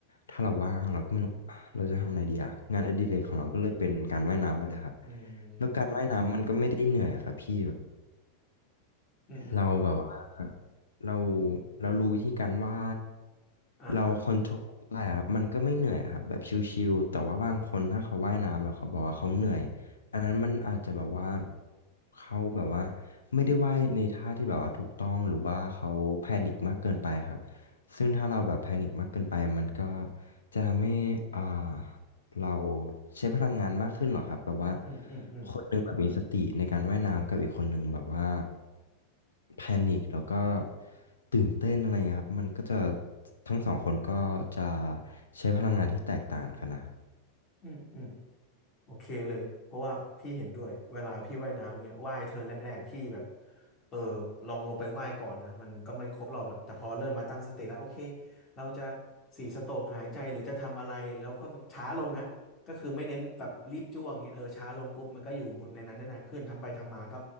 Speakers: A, on the left; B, on the left.
A: ถ้าเราว่างเราก็ไม่รู้อ่ะเราจะทำอะไรดีอะงานอดิเรกของเราก็เลยเป็นการว่ายน้ำไปเลยครับ
B: อื
A: แล้วการว่ายน้ำมันก็ไม่ได้เหนื่อยอะครับพี่
B: มอืมอืมอืม
A: เราแบบว่าเราเรารู้วิธีการไหว้
B: อ่าฮะ
A: เราคอนโทรลไหว้อะครับมันก็ไม่เหนื่อยครับแบบชิลๆแต่ว่าบางคนถ้าเขาว่ายน้ำแล้วเขาบอกว่าเขาเหนื่อยอันนั้นมันอาจจะแบบว่าเขาแบบว่าไม่ได้ว่ายในท่าที่แบบว่าถูกต้องหรือว่าเขาแพนิคมากเกินไปครับซึ่งถ้าเราแบบแพนิคมากเกินไปมันก็จะทำให้อ่า เราใช้พลังงานมากขึ้นเหรอครับแบบว่า
B: อืมอืมอืม
A: คนหนึ่งแบบมีสติในการว่ายน้ำกับอีกคนหนึ่งแบบว่าแพนิคแล้วก็ตื่นเต้นอะไรเงี้ยครับมันก็จะทั้งสองคนก็จะใช้พลังงานที่แตกต่างกันนะครับ
B: อืมอืม โอเคเลย เพราะว่าพี่เห็นด้วย เวลาพี่ว่ายน้ำเงี้ยว่ายเทิร์นแรกๆ พี่แบบ เออลองลงไปว่ายก่อนนะ มันก็ไม่ครบรอบหรอกแต่พอเริ่มมาตั้งสติแล้วโอเค เราจะสี่สโตรกหายใจหรือจะทำอะไรแล้วก็แบบช้าลงนะ ก็คือไม่เน้นแบบรีบจ้วงเงี้ยเออช้าลงปุ๊บมันก็อยู่ในนั้นได้นานขึ้นทำไปทำมาก็